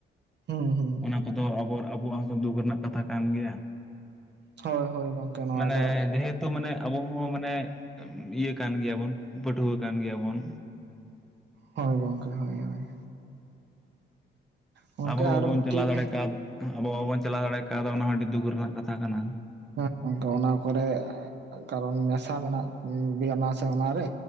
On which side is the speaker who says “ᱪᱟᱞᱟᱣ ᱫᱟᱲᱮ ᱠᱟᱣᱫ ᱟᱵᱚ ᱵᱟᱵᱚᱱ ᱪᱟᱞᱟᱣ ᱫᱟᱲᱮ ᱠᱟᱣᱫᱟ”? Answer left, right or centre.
Centre